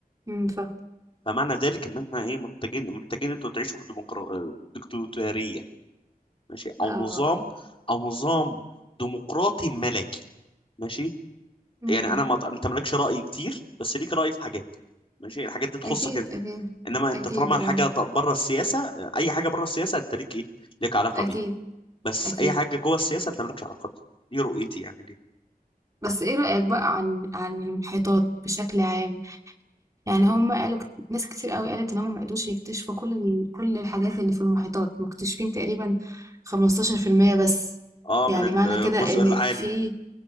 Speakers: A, on the right; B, on the left.
A: مم، فاهم
B: فمعنى ذلك ان احنا ايه محتاجين محتاجين انتوا تعيشوا في ديمقرا... ديكتاتوريه ماشي او
A: آه
B: نظام او نظام ديمقراطي ملكي ماشي
A: مم.
B: يعني انا ما انت مالكش راي كتير بس ليك راي في حاجات ماشي الحاجات دي تخصك
A: أكيد
B: انت
A: أكيد
B: انما انت
A: أكيد
B: طالما
A: آه
B: الحاجه طب- بره السياسه اي حاجه بره السياسه انت ليك ايه ليك علاقه
A: أكيد
B: بيها بس
A: أكيد
B: اي حاجه جوه السياسه انت مالكش علاقه بيها دي رؤيتي يعني دي
A: بس إيه رأيك بقى عن عن المحيطات بشكل عام يعني هم قالوا كت- ناس كتير قوي قالت إن هم ما قدروش يكتشفوا كل ال... كل الحاجات اللي في المحيطات مكتشفين تقريبا 15% بس
B: اه
A: يعني
B: من الجزء
A: معنى كده إن
B: العالي
A: في